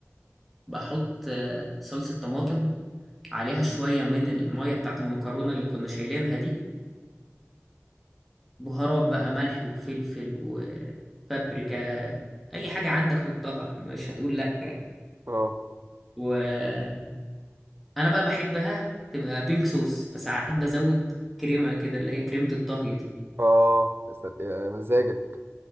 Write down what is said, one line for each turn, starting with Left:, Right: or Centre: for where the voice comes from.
Centre: بحط آه، صلصة طماطم عليها شوية من المية بتاعت المكرونة اللي كنا شايلينها دي بهارات بقى ملح وفلفل وبابريكا أي حاجة عندك حطها مش هتقول لأ يعني
Right: اه
Centre: وأنا بقى بحبها تبقى بينك صوص فساعات بزود كريمة كده اللي هي كريمة الطهي دي
Right: اه يا سلام، يا مزاجك